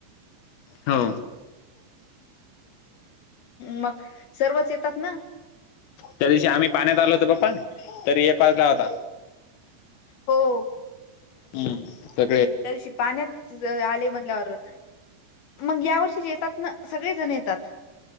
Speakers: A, on the left; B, on the left.
A: हो
B: मग सर्वच येतात ना.
A: त्या दिवशी आम्ही पाण्यात आलोतो पप्पा तरी एक वाजला होता.
B: हो
A: हम्
B: त्या दिवशी पाण्यात ज ज् आले म्हणल्यावर मग या वर्षी ज येतात ना सगळे जण येतात.